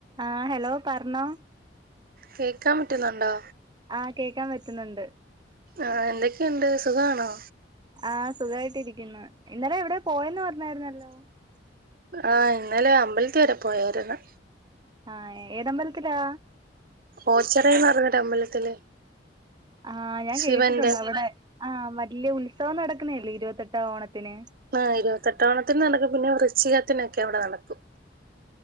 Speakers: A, on the right; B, on the right.
A: ആഹ് hello പറഞ്ഞോ.
B: കേക്കാൻ പറ്റുന്നുണ്ടോ?
A: ആഹ് കേക്കാൻ പറ്റുന്നുണ്ട്.
B: ആഹ് എന്തൊക്കെയുണ്ട്. സുഖമാണോ?
A: ആഹ് സുഖമായിട്ടിരിക്കുന്നു. ഇന്നലെ ഇവിടെയോ പോയന്ന് പറഞ്ഞായിരുന്നല്ലോ.
B: ആഹ് ഇന്നലെ അമ്പലത്തിൽ വരെ പോയായിരുന്നു.
A: ആഹ് ഏതമ്പൽത്തിലാ
B: ഓച്ചെറേന്നർഞൊരു അമ്പലത്തില്
A: ആഹ് ഞാൻ
B: ശിവന്റെ
A: കേട്ടിട്ടുണ്ട് അവ്ടെ ആ വല്യയ ഉത്സവം നടക്കുന്നല്ലേ ഇരുവെത്തെട്ടാം ഓണത്തിന്
B: ആഹ് ഇരുവത്തെട്ടോണത്തിന് നടക്കും പിന്നെ വൃക്ഷികത്തിനൊക്കെ അവിടെ നടക്കും